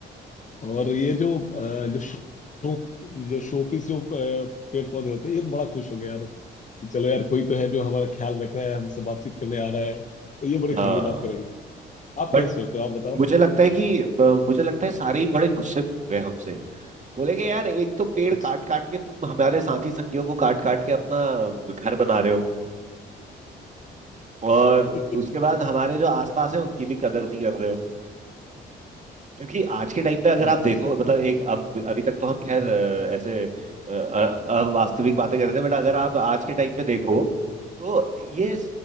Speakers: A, on the left; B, on the right.
A: और ये जो अ, जो शो जो शोपीस जो अ, पेड़ पौधे होते हैं ये तो बड़ा खुश होंगे यार चलो यार कोई तो है जो हमारा ख्याल रख रहा है हमसे बातचीत करने आ रहा है तो ये बड़ी फ्रेंडली
B: हाँ
A: बात करेंगे आप
B: बट
A: क्या सोचते हो आप बताओ
B: मुझे लगता है कि अ, मुझे लगता है सारे ही बड़े गुस्से में होंगे हमसे बोलेंगे यार एक तो पेड़
A: अच्छा
B: काट काट के तुम हमारे साथी संगियों को काट काट के अपना घर बना रहे हो और
A: अच्छा,
B: उसके बाद हमारे जो आसपास है उनकी भी कदर नहीं कर रहे हो क्योंकि आज के टाइम पे अगर
A: सही
B: आप
A: बात
B: देखो
A: है
B: मतलब एक अब अभी तक तो हम खैर अ, ऐसे अ, अ- अ- वास्तविक बातें कर रहे थे बट अगर आप आज के टाइम पे देखो तो ये